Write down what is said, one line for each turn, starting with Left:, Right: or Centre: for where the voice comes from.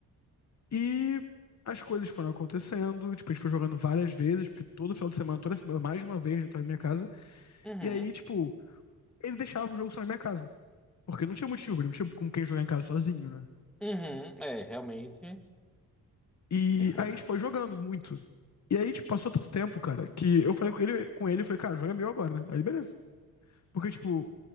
Left: E as coisas foram acontecendo, tipo, a gente foi jogando várias vezes, porque todo final de semana, toda semana, mais de uma vez, ele tava na minha casa.
Centre: Uhum,
Left: E aí, tipo, ele deixava o jogo só na minha casa. Porque não tinha motivo, ele não tinha com quem jogar em casa sozinho, né?
Centre: uhum. É, realmente.
Left: E
Centre: <laughs>
Left: aí a gente foi jogando muito. E aí, tipo, passou tanto tempo, cara, que eu falei com ele, com ele, eu falei, cara, joga meu agora, né? Aí ele, beleza. Porque, tipo,